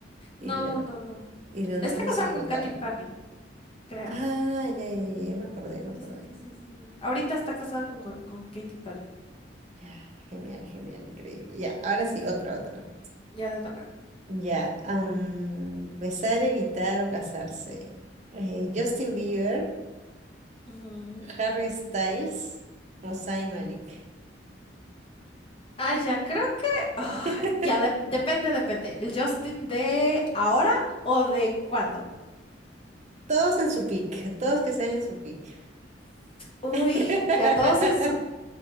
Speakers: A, on the right (about 40°); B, on the left (about 30°).
A: Y,
B: No,
A: Leon-
B: no, no.
A: y Leonardo
B: Está casado
A: sí
B: con
A: votar.
B: Katy Perry, creo.
A: Ah, ya, ya, ya, ya me acordé, ya me acordé.
B: Sí, sí, sí, sí, sí. Ahorita está casada con, con Katy Perry.
A: Ya, genial, genial, increíble. Ya, ahora sí, otra, otra.
B: Ya le toca.
A: Ya, am, besar, evitar o casarse. Eh, Justin Bieber,
B: Ujú.
A: Harry Styles o Zayn Malik.
B: Ah, ya, creo que... ah,
A: <laughs>
B: ya, de- depende, depende. ¿El Justin de ahora o de cuándo?
A: Todos en su pick, todos que sean en su pick.
B: Uy,
A: <laughs>
B: ya todos en su...